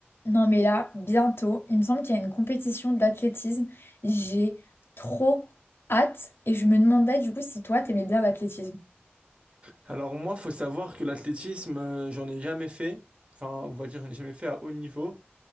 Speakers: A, on the left (about 65°); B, on the right (about 30°).
A: Non mais là, bientôt, il me semble qu'il y a une compétition d'athlétisme. J'ai trop hâte et je me demandais du coup si toi t'aimais bien l'athlétisme.
B: Alors moi, faut savoir que l'athlétisme, euh, j'en ai jamais fait. Enfin, on va dire, j'en ai jamais fait à haut niveau.